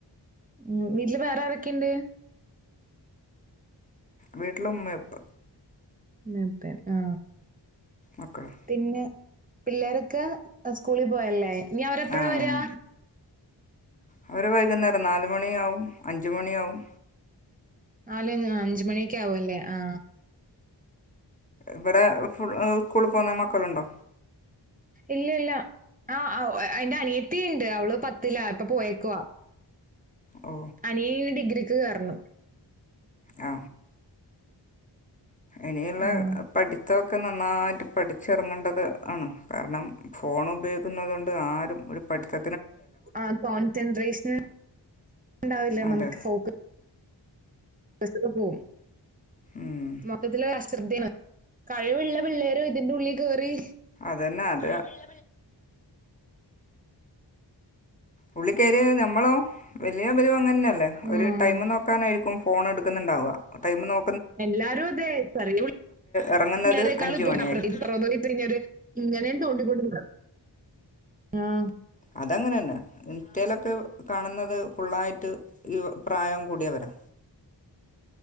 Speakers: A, on the right; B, on the left.
A: ഉം വീട്ട്ല് വേറ ആരെക്കിണ്ട്
B: വീട്ട്ല് ഉമ്മയുപ്പ
A: ഉം പേ ആ
B: മക്കളും
A: തിന്ന് പിള്ളേരൊക്ക സ്കൂളി പോയല്ലേ ഇനി അവരെപ്പഴാ
B: ആഹ്
A: വര്യാ
B: അവര് വൈക്ന്നേരം നാലുമണിയാവും അഞ്ച്മണിയാവും
A: നാല് ഞാ അഞ്ച് മണീക്ക ആവും അല്ലേ ആ
B: ഇവിടെ ഫുൾ ഉകൂള് പോണ മക്കള്ണ്ടോ
A: ഇല്ലില്ലാ ആ ആ ഉ എ ഐൻ്റ അനി ത്തിണ്ട് അവള് പത്തിലാ ഇപ്പ പോയേ ക്കുവാ
B: ഓ
A: അനിയന് ഇനി ഡിഗ്രിക്ക് കേറണം
B: ആ ഇനിയൂള്ള
A: ആഹ്.
B: പടി ത്തൊക്കെ നന്നായിട്ട് പഠിച്ചിറങ്ങേണ്ടത് ആണ്. കാരണം ഫോണുപയോഗിക്കുന്നത് കൊണ്ട് ആരും ഒരു പഠിത്ത
A: ആഹ് കോൺസെൻട്രേഷൻ ഉണ്ടാവില്ല
B: അതെ
A: നമുക്ക് ഫോക്കസ് ബസൊക്കെ പോവും
B: ഉം
A: മൊത്തത്തില് അശ്രദ്ധേണ് കഴിവ്ള്ള പിള്ളേരും ഇതിന്റെ ഉള്ളീ കേറി
B: അതന്നെ അത് കഴിവുള്ള ഉള്ളി കയറിയാ ഞമ്മളോ, വലിയവരും അങ്ങനെന്നെ. അല്ലേ ഒരു
A: ആഹ്.
B: ടൈമ് നോക്കാനായിരി ക്കും ഫോൺ എടുക്കുന്നുണ്ടാവുക ടൈം നോ
A: എല്ലാരും അതെ <unintelligible>
B: ഇറങ്ങുന്നത് അഞ്ച് മണിയായിരിക്കും
A: ഇങ്ങനേം തോണ്ടികൊണ്ടിരിക്കും ആമ്
B: അതങ്ങനെ തന്നെ ഇൻസ്റ്റായിലൊക്കെ കാണുന്നത് ഫുൾ ആയിട്ട് ഈ പ്രായം കൂടിയവരാ